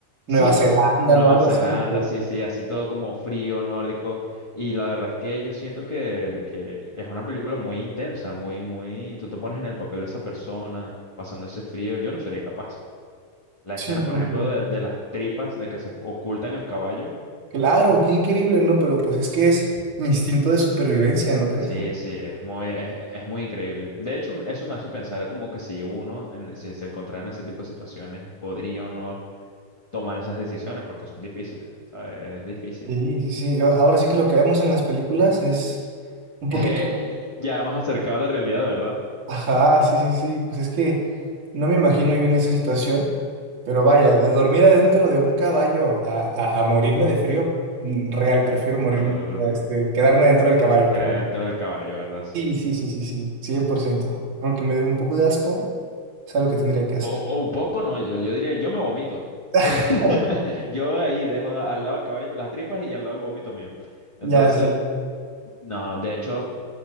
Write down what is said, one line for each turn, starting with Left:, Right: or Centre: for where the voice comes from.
Left: Sí,
Right: Nueva
Left: por
Right: Zelanda,
Left: Nueva
Right: ¿no? Algo
Left: Zelanda,
Right: así súper.
Left: sí, sí, así todo como frío, nórdico. Y la verdad es que yo siento que, que es una película muy intensa, muy, muy... Tú te pones en el papel de esa persona, pasando ese frío. Yo no sería capaz. La escena,
Right: Sí,
Left: por
Right: no,
Left: ejemplo,
Right: no.
Left: de, de las tripas, de que se ocultan el caballo.
Right: claro, qué increíble, ¿no? Pero pues es que es instinto de supervivencia, ¿no crees?
Left: Sí, sí, es muy, es, es muy increíble. De hecho, eso me hace pensar como que si uno, en- si se encontrara en ese tipo de situaciones, podría o no tomar esas decisiones, porque son difíciles, ¿sabes? Es difícil.
Right: Sí, sí, sí. Yo- Ahora sí que lo que vemos en las películas es un
Left: Eh,
Right: poquito.
Left: ya más acercado a la realidad, ¿verdad?
Right: Ajá, sí, sí, sí. Pues es que no me imagino yo en esa situación, pero vaya, de dormir adentro de un caballo a, a- a morirme de frío, mm, real, prefiero morir,
Left: Rrr,
Right: este, quedarme dentro del caballo,
Left: Creando
Right: perdón.
Left: el caballo, ¿verdad? Sí.
Right: Sí, sí, sí, sí, sí, Cien por ciento. Aunque me dé un poco de asco, es algo que tendría que hacer.
Left: O, o un poco, no, yo, yo diría, yo me vomito. <laughs>
Right: <laughs>
Left: Yo ahí dejo a- al lado del caballo las tripas y al lado el vómito mío. Entonces,
Right: Ya, sí.
Left: no, de hecho,